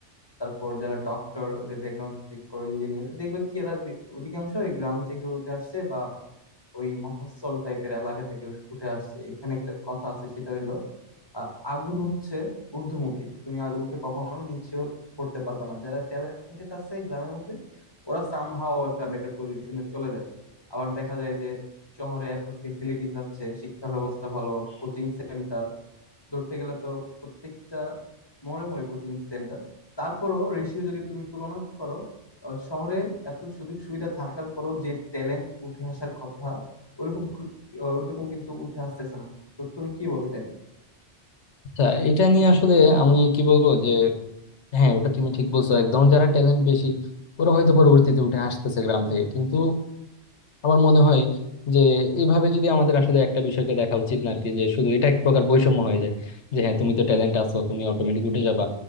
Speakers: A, on the left; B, on the left.
A: তারপর যারা ডক্টর ওদের ব্যাকগ্রাউন্ড চেক করো ইঞ্জিনিয়ার দেখবে কি এরা বে- অধিকাংশই গ্রাম থেকে উঠে আসছে বা ওই মফস্বল টাইপের এলাকা থেকে উস- উঠে আসছে এখানে একটা কথা আছে সেটা হইলো আ, আগুন হচ্ছে ঊর্ধ্বমুখী তুমি আগুনকে কখনো নিচে করতে পারবে না যারা ট্যালেন্টেড আছে গ্রামের মধ্যে ওরা সামহাও একটা বেটার পজিশনে চলে যায় আবার দেখা যায় যে শহরে এত ফেসিলিটিস আছে শিক্ষা ব্যবস্থা ভালো কোচিং সেন্টার ধরতে গেলে তো প্রত্যেকটা মোড়ে মোড়ে কোচিং সেন্টার তারপরও রেশিও যদি তুমি তুলনা করো আহ, শহরে এত সুযোগ সুবিধা থাকার পরও যে ট্যালেন্ট উঠে আসার কথা ওইরকম খু- ওইরকম কিন্তু উঠে আসতেছে না তো তুমি কি বলো এটা নিয়ে
B: আচ্ছা এটা নিয়ে আসলে আমি কি বলবো যে হ্যাঁ ওটা তুমি ঠিক বলছো একদম যারা ট্যালেন্ট বেশি ওরা হয়তো পরবর্তীতে উঠে আসতেছে গ্রাম থেকে কিন্তু আমার মনে হয় যে এইভাবে যদি আমাদের আসলে একটা বিষয়কে দেখা উচিত না আর কি যে শুধু এটা এক প্রকার বৈষম্য হয়ে যায় যে হ্যাঁ তুমি তো ট্যালেন্ট আছো তুমি অটোমেটিক উঠে যাবা